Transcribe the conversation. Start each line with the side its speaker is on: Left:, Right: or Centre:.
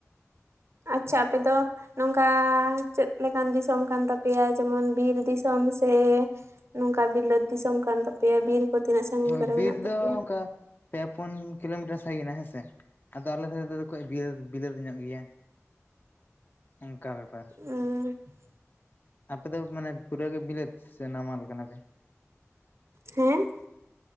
Right: ᱟᱪᱪᱷᱟ ᱟᱯᱮ ᱫᱚ ᱱᱚᱝᱠᱟ ᱪᱮᱫ ᱞᱮᱠᱟᱱ ᱫᱤᱥᱚᱢ ᱠᱟᱱ ᱛᱟᱯᱮᱭᱟ ᱡᱮᱢᱚᱱ ᱵᱤᱨ ᱫᱤᱥᱚᱢ ᱥᱮ ᱱᱚᱝᱠᱟ ᱵᱤᱞᱟᱹᱛ ᱫᱤᱥᱚᱢ ᱠᱟᱱ ᱛᱟᱯᱮᱭᱟ ᱵᱤᱨ ᱠᱚ ᱛᱤᱱᱟᱹᱜ ᱥᱟᱺᱜᱤᱧ
Left: ᱦᱳᱭ
Right: ᱠᱚᱨᱮ
Left: ᱵᱤᱨ
Right: ᱢᱮᱱᱟᱜ ᱛᱟᱯᱮᱭᱟ
Left: ᱫᱚ ᱚᱱᱠᱟ ᱯᱮ ᱯᱩᱱ ᱠᱤᱞᱳᱢᱤᱴᱟᱨ ᱥᱟᱸᱜᱤᱱᱟ ᱦᱮᱸᱥᱮ ᱾ ᱟᱫᱚ ᱟᱞᱮ ᱫᱚ ᱠᱟᱹᱡ <unintelligible> <unintelligible> ᱵᱤᱞᱟᱹᱫ ᱧᱚᱜ ᱜᱮᱭᱟ, ᱚᱱᱠᱟ ᱵᱮᱯᱟᱨ ᱾
Right: ᱩᱸ ᱾
Left: ᱟᱯᱮ ᱫᱚ ᱢᱟᱱᱮ ᱯᱩᱨᱟᱹ ᱜᱮ ᱵᱤᱞᱟᱹᱛ ᱥᱮ ᱱᱟᱢᱟᱞ ᱠᱟᱱᱟ ᱯᱮ?
Right: ᱦᱮᱸ?